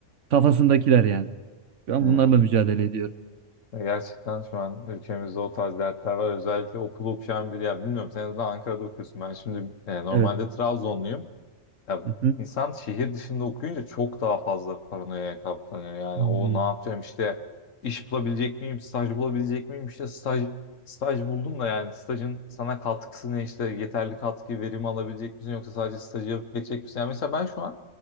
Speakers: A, on the right; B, on the left.
A: kafasındakiler yani. Şu an
B: Hmm.
A: bunlarla mücadele ediyorum.
B: Ya Gerçekten şu an ülkemizde o tarz dertler var. Özellikle okulu okuyan biri ya bilmiyorum sen de Ankara'da okuyorsun. Ben şimdi e, normalde
A: Evet.
B: Trabzonluyum. Ya
A: Hı hı.
B: insan şehir dışında okuyunca çok daha fazla paranoyaya kaplanıyor. Yani
A: Hmm.
B: o ne yapacağım işte iş bulabilecek miyim, staj bulabilecek miyim işte staj staj buldum da yani stajın sana katkısı ne işte yeterli katkı verimi alabilecek misin yoksa sadece stajı yapıp geçecek misin? Yani mesela ben şu an